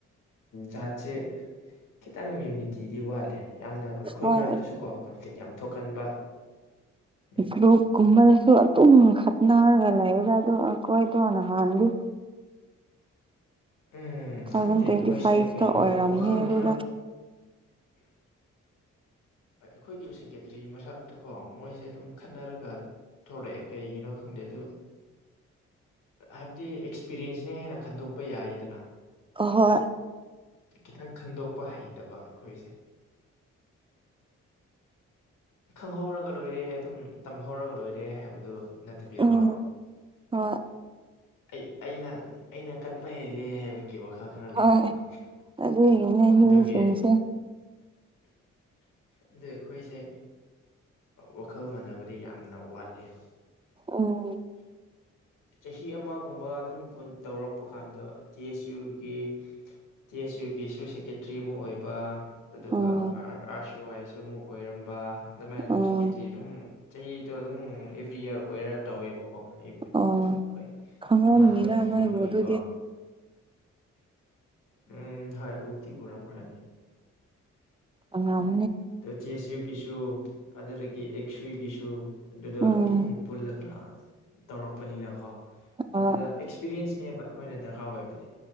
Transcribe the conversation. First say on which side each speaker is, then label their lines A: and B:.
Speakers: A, on the left; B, on the right.
A: ꯖꯍꯥꯠꯁꯦ ꯈꯤꯇꯪ ꯌꯨꯅꯤꯇꯤꯗꯤ ꯋꯥꯠꯂꯦ ꯌꯥꯝꯅ ꯑꯩꯈꯣꯏ
B: ꯍꯣꯏ
A: ꯃꯔꯛꯇꯁꯨ ꯀꯣ ꯀꯝꯐ꯭ꯂꯤꯛ ꯌꯥꯝ ꯊꯣꯛꯀꯟꯕ ꯎꯝ
B: ꯏ꯭ꯔꯣꯛ ꯀꯨꯝꯕꯗꯁꯨ ꯑꯗꯨꯝ ꯈꯠꯅꯔꯒ ꯂꯩꯗ ꯑ ꯑꯩꯣꯏ ꯊꯣꯅ ꯍꯥꯗꯤ꯫
A: ꯎꯝ
B: ꯇꯨ ꯊꯥꯎꯖꯟ
A: ꯈꯪꯗꯦ
B: ꯇ꯭ꯋꯦꯟꯇꯤ
A: ꯃꯣꯏꯁꯦ
B: ꯐꯥꯏꯚꯇ
A: ꯀꯩꯅꯣ
B: ꯑꯣꯏꯔꯝꯅꯤ
A: ꯋꯥꯈꯜ
B: ꯑꯗꯨ
A: ꯈꯔ ꯑꯩꯈꯣꯏꯒꯤ ꯁꯦꯀꯦꯇꯔꯤ ꯃꯔꯛ ꯑ ꯀꯣ ꯃꯣꯏꯁꯦ ꯑꯗꯨꯝ ꯈꯠꯅꯔꯒ ꯊꯣꯛꯂꯛꯑꯦ ꯀꯩꯒꯤꯅꯣ ꯈꯪꯗꯦ ꯑꯗꯨ ꯍꯥꯏꯕꯗꯤ ꯑꯦꯛꯁꯄꯤꯔꯤꯌꯦꯟꯁꯅ ꯍꯦꯟꯅ ꯈꯟꯗꯣꯛꯄ ꯌꯥꯏꯗꯅ
B: ꯍꯣꯏ
A: ꯈꯤꯇꯪ ꯈꯟꯗꯣꯛꯄ ꯍꯩꯇꯕ ꯑꯩꯈꯣꯏꯁꯦ ꯈꯪꯍꯧꯔꯒ ꯂꯣꯏꯔꯦ ꯑꯗꯨꯝ ꯇꯝꯍꯧꯔꯒ ꯂꯣꯏꯔꯦ ꯍꯥꯏꯕꯗꯨ ꯅꯠꯇꯄꯤ
B: ꯎꯝ
A: ꯀꯣ
B: ꯍꯣꯏ
A: ꯑꯩ ꯑꯩꯅ ꯑꯩꯅ ꯀꯟꯕ ꯍꯦꯜꯂꯦ ꯍꯥꯏꯕꯒꯤ ꯀꯤ ꯋꯥꯈꯜ ꯈꯔ
B: ꯍꯣꯏ
A: ꯂꯩꯕꯀꯣ ꯎ
B: ꯑꯗꯨꯒꯤꯅꯦ ꯃꯤꯁꯤꯡꯁꯦ
A: ꯑꯗꯨꯒꯤ ꯑꯗꯨ ꯑꯩꯈꯣꯏꯁꯦ ꯋꯥꯈꯜ ꯃꯥꯟꯅꯕꯗꯤ ꯌꯥꯝꯅ ꯋꯥꯠꯂꯤꯕ
B: ꯎꯝ
A: ꯆꯍꯤ ꯑꯃꯒꯨꯝꯕ ꯑꯗꯨꯝ ꯇꯧꯔꯛꯄ ꯀꯥꯟꯗ ꯇꯤ ꯑꯦꯁ ꯌꯨꯒꯤ ꯇꯤ ꯑꯦꯁ ꯌꯨꯒꯤꯁꯨ ꯁꯦꯀꯦꯇ꯭ꯔꯤ ꯑꯃ ꯑꯣꯏꯕ ꯑꯗꯨꯒ
B: ꯎꯝ
A: ꯑꯥꯔ ꯁꯤ ꯑꯣ ꯑꯥꯏꯁꯨ ꯑꯃꯨꯛ ꯑꯣꯏꯔꯝꯕ ꯑꯗꯨꯃꯥꯏꯅ ꯑꯗꯨꯝ
B: ꯎꯝ
A: ꯁꯦꯀꯦꯇ꯭ꯔꯤ ꯑꯗꯨꯝ ꯆꯍꯤꯗꯣ ꯑꯗꯨꯝ ꯑꯦꯕ꯭ꯔꯤ ꯏꯔ ꯑꯣꯏꯔ ꯇꯧꯋꯦꯕꯀꯣ ꯑꯩꯕꯨꯗꯤ
B: ꯑꯣ
A: ꯍꯣꯏ
B: ꯈꯪꯉꯝꯅꯤꯗ
A: ꯏꯃꯥꯟꯅꯕꯁꯤꯡ
B: ꯅꯣꯏꯕꯨ
A: ꯄꯨꯟꯕꯒꯤꯀꯣ
B: ꯑꯗꯨꯗꯤ
A: ꯎꯝ ꯍꯣꯏ ꯎꯗꯤ ꯎꯔꯝꯈ꯭ꯔꯅꯤ
B: ꯎꯝ
A: ꯑ ꯆꯦꯁ ꯌꯨꯒꯤꯁꯨ ꯑꯗꯨꯗꯒꯤ ꯑꯦꯛꯁꯋꯤꯒꯤꯁꯨ ꯑꯗꯨꯗꯣ
B: ꯎꯝ
A: ꯑꯗꯨꯝ ꯄꯨꯜꯂꯒ ꯇꯧꯔꯛꯄꯅꯤꯅꯀꯣ
B: ꯍꯣꯏ
A: ꯑꯗꯨꯗ ꯑꯦꯛꯁꯄꯤꯔꯤꯌꯦꯟꯁ ꯅꯦꯕ ꯑꯩꯈꯣꯏꯅ ꯗꯔꯀꯥꯔ ꯑꯣꯏꯕꯗꯤ